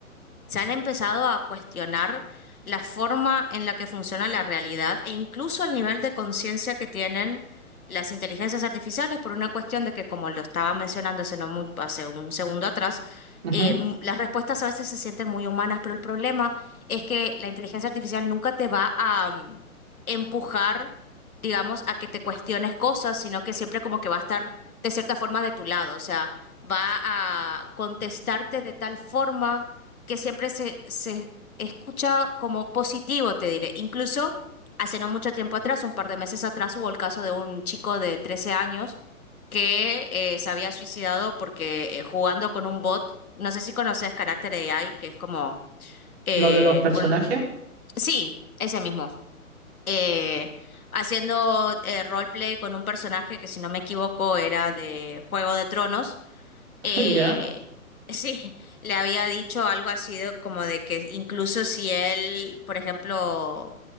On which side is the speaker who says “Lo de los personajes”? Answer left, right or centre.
Right